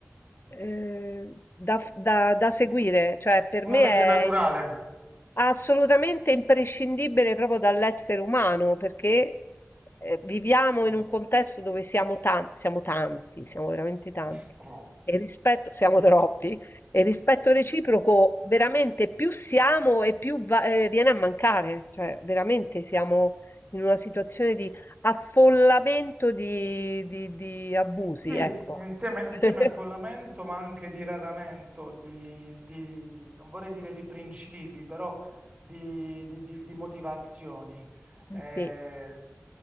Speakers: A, on the left; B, on the right.
A: ehm, da f da da seguire, cioè per
B: Una
A: me
B: legge
A: è
B: naturale.
A: Assolutamente imprescindibile proprio dall'essere umano, perché, ehm, viviamo
B: Sì,
A: in un contesto dove siamo tan siamo tanti, siamo veramente tanti,
B: <laughs> troppi.
A: e il rispetto siamo <laughs> troppi, e il rispetto reciproco veramente più siamo e più va ehm, viene a mancare, cioè veramente siamo in una situazione di affollamento di di di abusi,
B: Sì,
A: ecco.
B: insieme, insieme
A: <laughs>
B: a follamento, ma anche di radamento, di, di- non vorrei dire di principi, però di, di- di- di motivazioni. È
A: Sì.